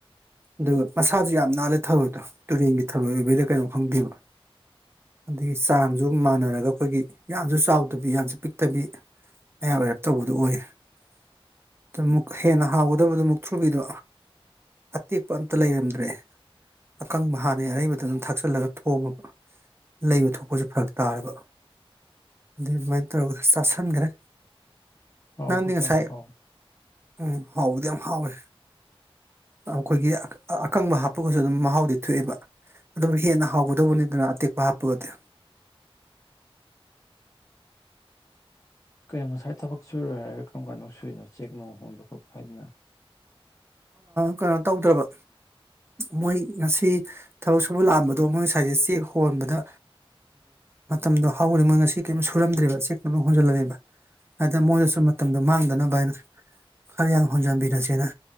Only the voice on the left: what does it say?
ꯍꯥꯎꯕ꯭ꯔꯣ
ꯀꯌꯥꯝ ꯍꯥꯎꯏ
ꯀꯩꯅꯣ ꯉꯁꯥꯏ ꯊꯕꯛ ꯁꯨꯨꯔꯣꯏ ꯍꯥꯏꯔꯒ ꯀꯔꯝ ꯀꯥꯟꯅꯣ ꯁꯨꯔꯤꯅꯣ ꯆꯦꯛꯅꯣ ꯍꯣꯟꯕ ꯈꯣꯠꯄ ꯍꯥꯏꯗꯅ